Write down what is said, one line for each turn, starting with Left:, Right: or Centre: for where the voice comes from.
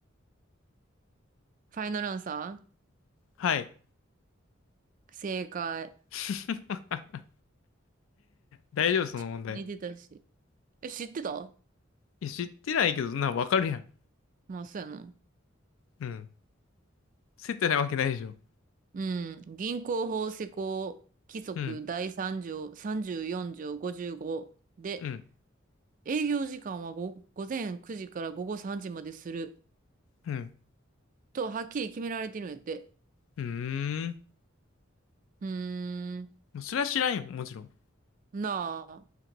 Right: ファイナルアンサ
Left: はい。
Right: ー正解。
Left: <laughs> 大丈夫、その問題。
Right: ちょっと似てたし。え、知ってた
Left: いや、知ってないけど、な、わかるやん。
Right: まあ、そうやな。
Left: うん。接待ないわけないでしょ。
Right: うん。銀行法施行規則第3条、
Left: うん、
Right: 34条55で、
Left: うん、
Right: 営業時間は午午前9時から午後3時までする
Left: うん。
Right: と、はっきり決められてるんやって。
Left: うーん。
Right: うーん。
Left: もうそれは知らんよ、もちろん。
Right: なあ。